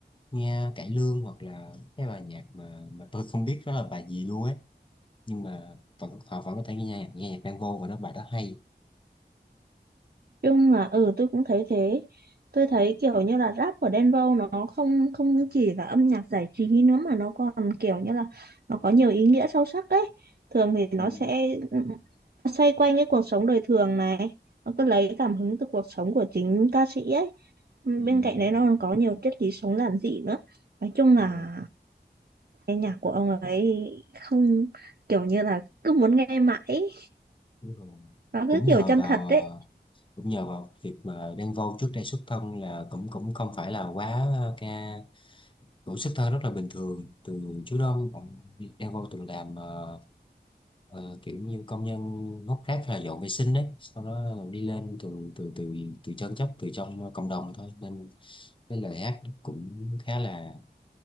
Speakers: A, on the left; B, on the right.
A: nghe cải lương hoặc là cái bài nhạc mà mà tôi không biết đó là bài gì luôn ấy nhưng mà vẫn, họ vẫn có thể nghe nhạc nghe nhạc Đen Vâu và nó bài đó hay
B: chung là ừ tôi cũng thấy thế tôi thấy kiểu như là rap của Đen Vâu nó không không chỉ là âm nhạc giải trí nữa mà nó còn kiểu như là nó có nhiều ý nghĩa sâu sắc đấy thường thì
A: Ừ.
B: nó sẽ xoay quanh cái cuộc sống đời thường này nó cứ lấy cảm hứng từ cuộc sống của chính ca sĩ ấy bên
A: Ừ.
B: cạnh đấy nó còn có nhiều triết lý sống giản dị nữa nói chung là
A: Ờ,
B: Cái nhạc của ông ấy không kiểu như là cứ muốn nghe mãi ấy.
A: Đúng rồi.
B: Nó
A: cũng
B: cứ kiểu
A: nhờ
B: chân
A: vào
B: thật
A: ờ,
B: đấy.
A: cũng nhờ vào việc mà Đen Vâu trước đây xuất thân là cũng cũng không phải là quá ờ, ca cũng xuất thân rất là bình thường từ trước đó ông Đen Vâu từng làm ờ, ờ, kiểu như công nhân hốt rác hay là dọn vệ sinh đấy sau đó đi lên từ từ từ từ chân chất từ trong cộng đồng thôi nên cái lời hát cũng khá là